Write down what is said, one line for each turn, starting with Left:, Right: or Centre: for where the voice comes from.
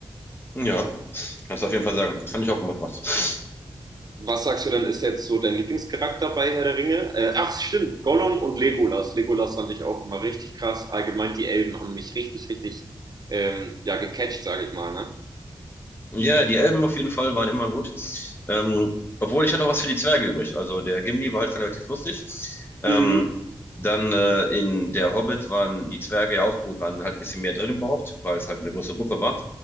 Left: Ja, kannst du auf jeden Fall sagen. Das fand ich auch gut gemacht.
Right: was sagst du denn, ist jetzt so dein Lieblingscharakter bei Herr der Ringe? Äh, ach, stimmt, Gollum und Legolas. Legolas fand ich auch immer richtig krass. Allgemein die Elben haben mich richtig, richtig ähm, ja, gecatcht, sage ich mal. Ne?
Left: Ja, die Elben auf jeden Fall waren immer gut. Ähm, obwohl ich hatte auch was für die Zwerge übrig. Also der Gimli war halt relativ lustig. Ähm,
Right: Mhm.
Left: dann äh, in der Hobbit waren die Zwerge ja auch gut, waren halt ein bisschen mehr drin überhaupt, weil es halt eine große Gruppe war.